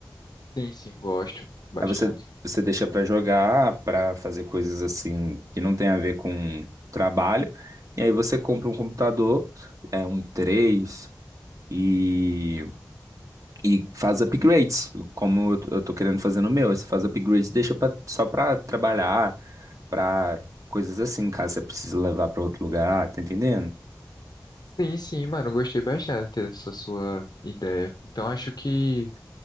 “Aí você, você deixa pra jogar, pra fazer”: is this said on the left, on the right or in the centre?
Right